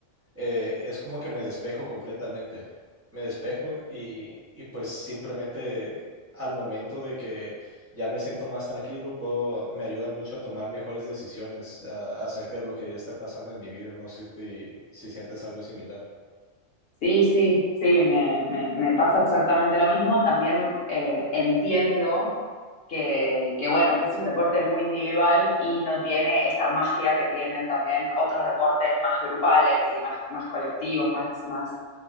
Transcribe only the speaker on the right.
eh, es como que me despejo completamente. Me despejo y, y pues simplemente al momento de que ya me siento más tranquilo, puedo, me ayuda mucho a tomar mejores decisiones ah, acerca de lo que ya está pasando en mi vida. No sé si, si sientes algo similar.